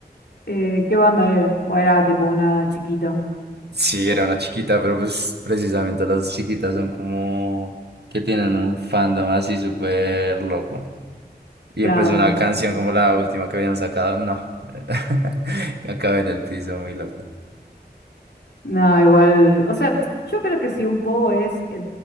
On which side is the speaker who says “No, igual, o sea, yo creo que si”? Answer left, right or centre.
Left